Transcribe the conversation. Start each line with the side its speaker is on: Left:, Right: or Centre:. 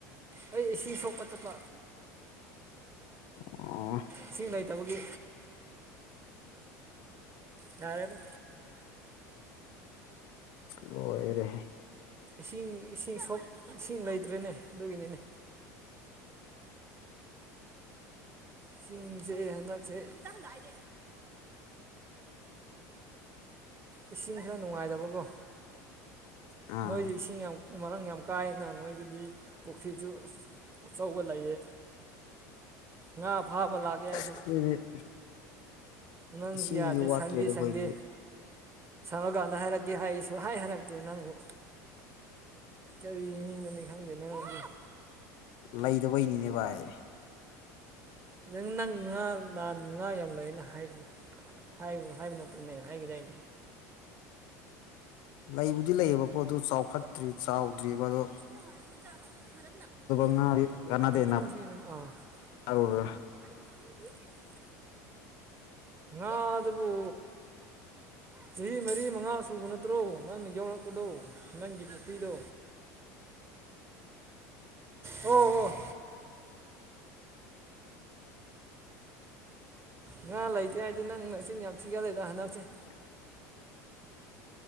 Right: ꯑꯩ ꯏꯁꯤꯡ ꯁꯣꯛꯄ ꯆꯠꯄ
Left: ꯑ
Right: ꯏꯁꯤꯡ ꯂꯩꯇꯕꯒꯤ ꯌꯥꯔꯦꯗ
Left: ꯂꯣꯏꯔꯦꯍꯦ
Right: ꯏꯁꯤꯡ ꯏꯁꯤꯡ ꯁꯣꯛ ꯏꯁꯤꯡ ꯂꯩꯇ꯭ꯔꯦꯅꯦ ꯑꯗꯨꯒꯤꯅꯤꯅꯦ ꯁꯤꯡꯁꯦ ꯍꯟꯗꯛꯁꯦ <unintelligible> ꯏꯁꯤꯡ ꯈꯔ ꯅꯨꯡꯉꯥꯏꯗꯕꯀꯣ
Left: ꯑꯥ
Right: ꯅꯣꯏꯗꯤ ꯏꯁꯤꯡ ꯌꯥꯝ ꯃꯔꯥꯡ ꯌꯥꯝ ꯀꯥꯏꯅ ꯅꯣꯏꯗꯗꯤ ꯄꯨꯈ꯭ꯔꯤꯁꯨ ꯑꯆꯧꯕ ꯂꯩꯌꯦ ꯉꯥ ꯐꯥꯕ ꯂꯥꯛꯀꯦꯁꯨ
Left: ꯑꯗꯨꯗꯤ
Right: ꯅꯪꯖꯨ
Left: ꯏꯁꯤꯡꯗꯤ
Right: ꯌꯥꯗꯦ
Left: ꯋꯥꯠꯇ꯭ꯔꯦꯗ
Right: ꯁꯪꯗꯦ
Left: ꯑꯩꯈꯣꯏꯗꯤ
Right: ꯁꯪꯗꯦ ꯁꯪꯉꯀꯥꯟꯗ ꯍꯥꯏꯔꯛꯀꯦ ꯍꯥꯏ ꯁꯨꯡꯉꯥꯏ ꯍꯥꯏꯔꯛꯇꯦ ꯅꯪꯕꯨ ꯀꯔꯤ ꯃꯤꯅꯣꯅꯤ ꯈꯪꯗꯦ ꯑꯩꯁꯨ
Left: ꯂꯩꯗꯕꯩꯅꯤꯅꯦ ꯚꯥꯏ
Right: ꯅꯪ ꯅꯪ ꯉꯥꯥꯟ ꯉꯥ ꯌꯥꯝ ꯂꯩꯌꯦꯅ ꯍꯥꯏꯈꯤꯗꯨꯗꯤ ꯍꯥꯏꯕ ꯍꯥꯏꯕ ꯅꯠꯇꯅꯦ ꯍꯥꯏꯈꯤꯗꯥꯏꯅꯦ
Left: ꯂꯩꯕꯨꯗꯤ ꯂꯩꯌꯦꯕꯀꯣ ꯑꯗꯨ ꯆꯥꯎꯈꯠꯇ꯭ꯔꯤ ꯆꯥꯎꯗ꯭ꯔꯤꯕꯔꯤꯕꯗꯣ
Right: <unintelligible>
Left: ꯉꯥꯗꯤ ꯀꯥꯟꯅꯗꯦꯅ <unintelligible>
Right: <unintelligible> ꯉꯥ ꯗꯨꯕꯨ ꯆꯍꯤ ꯃꯔꯤ ꯃꯉꯥ ꯁꯨꯕ ꯅꯠꯇ꯭ꯔꯣ ꯅꯪꯅ ꯌꯥꯎꯔꯛꯄꯗꯣ ꯅꯪꯒꯤ ꯄꯨꯈ꯭ꯔꯤꯗꯣ ꯍꯣ ꯍꯣ ꯉꯥ ꯂꯩꯇꯦ ꯍꯥꯏꯗꯤ ꯅꯪ ꯅꯆꯤꯟ ꯌꯥꯝ ꯊꯤꯒꯠꯂꯦꯗ ꯍꯟꯗꯛꯁꯦ
Left: <inaudible>